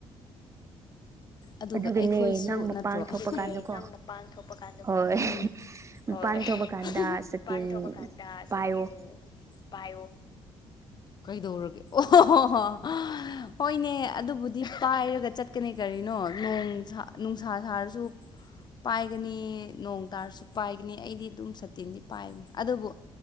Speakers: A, on the left; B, on the right.
A: ꯑꯗꯨꯒ
B: ꯑꯗꯨꯒꯅꯦ
A: ꯑꯩꯈꯣꯏꯁꯨ
B: ꯅꯪ ꯃꯄꯥꯟ
A: ꯅꯠꯇ꯭ꯔꯣ
B: ꯊꯣꯛꯄ ꯀꯥꯟꯗꯀꯣ
A: ꯅꯪ ꯃꯄꯥꯟ ꯊꯣꯛꯄ ꯀꯥꯟꯗꯣ
B: ꯍꯣꯏ
A: ꯎꯝ
B: ꯃꯄꯥꯟ
A: ꯍꯣꯏ
B: ꯊꯣꯛꯄ ꯀꯥꯟꯗ ꯁꯇꯤꯟ
A: ꯃꯄꯥꯟ ꯊꯣꯛꯄ ꯀꯥꯟꯗ
B: ꯄꯥꯏꯌꯣ
A: ꯁꯇꯤꯟ ꯄꯥꯏꯣ ꯀꯩꯗꯧꯔꯒꯦ ꯑꯣ ꯍꯣ ꯍꯣ ꯍꯣꯏꯅꯦ ꯑꯗꯨꯕꯨꯗꯤ ꯄꯥꯏꯔꯒ ꯆꯠꯀꯅꯤ ꯀꯔꯤ ꯀꯩꯅꯣ ꯅꯨꯡꯁꯥ ꯁꯥꯔꯁꯨ ꯄꯥꯏꯒꯅꯤ ꯅꯣꯡ ꯇꯥꯔꯁꯨ ꯄꯥꯏꯒꯅꯤ ꯑꯩꯗꯤ ꯑꯗꯨꯝ ꯁꯇꯤꯟꯗꯤ ꯄꯥꯏꯕꯅꯤ ꯑꯗꯨꯕꯨ